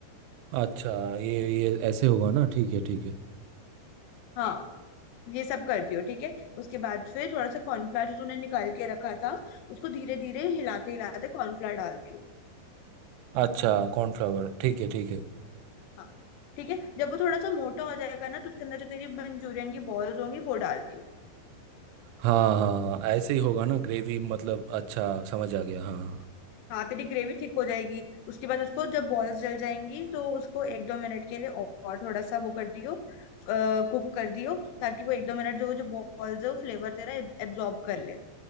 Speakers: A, on the right; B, on the left.
A: अच्छा ये ये ऐसे होगा ना ठीक है ठीक है
B: हाँ ये सब कर दियो ठीक है उसके बाद फिर थोड़ा सा कॉर्नफ्लावर जो तूने निकाल के रखा था उसको धीरे धीरे हिलाते हिलाते कॉर्नफ्लावर डाल दियो
A: अच्छा कॉर्नफ्लावर ठीक है ठीक है
B: हाँ ठीक है जब वो थोड़ा सा मोटा हो जाएगा ना तो उसके अंदर जो तेरी मंचूरियन की बॉल्स होंगी वो डाल दियो
A: हाँ हाँ ऐसे ही होगा ना ग्रेवी मतलब अच्छा समझ आ गया हाँ हाँ
B: हाँ तेरी ग्रेवी ठीक हो जाएगी उसके बाद उसको जब बॉल्स जल जाएंगी तो उसको एक दो मिनट के लिए और थोड़ा सा वो कर दियो कुक कर दियो ताकि वो एक दो मिनट जो वो जो बॉल्स है वो फ्लेवर तेरा एब्जॉर्ब कर ले